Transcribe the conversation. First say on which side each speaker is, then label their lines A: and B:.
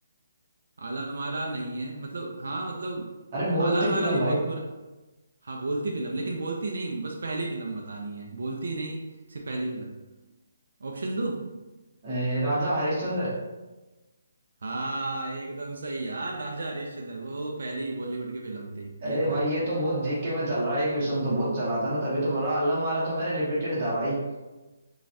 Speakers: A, on the right; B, on the right.
A: आला मारा नहीं है मतलब हाँ मतलब
B: अरे बोलती
A: आला मारा
B: फिल्म
A: भी
B: भाई
A: बहुत पूरा हाँ बोलती फिल्म लेकिन बोलती नहीं बस पहली फिल्म बतानी है बोलती नहीं सिर्फ पहली फिल्म ऑप्शन दो
B: ए, राजा हरिश्चंद्र
A: हाँ एकदम सही यार राजा हरिश्चंद्र वो पहली बॉलीवुड की फिल्म थी
B: अरे
A: ये
B: भाई
A: तो है
B: ये तो बहुत जीके में चल रहा है ये क्वेश्चन तो बहुत चला था ना तभी तो बोला आलम आरा तो मैंने रिपीटेड था भाई